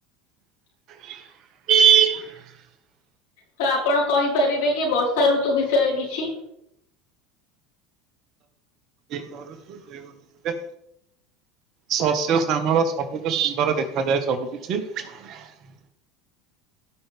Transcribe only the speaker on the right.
<inaudible>
କରୁଛୁ <unintelligible> ଶସ୍ୟ ଶ୍ୟାମଳ ସବୁଜ ସୁନ୍ଦର ଦେଖାଯାଏ ସବୁ କିିଛି। <unintelligible>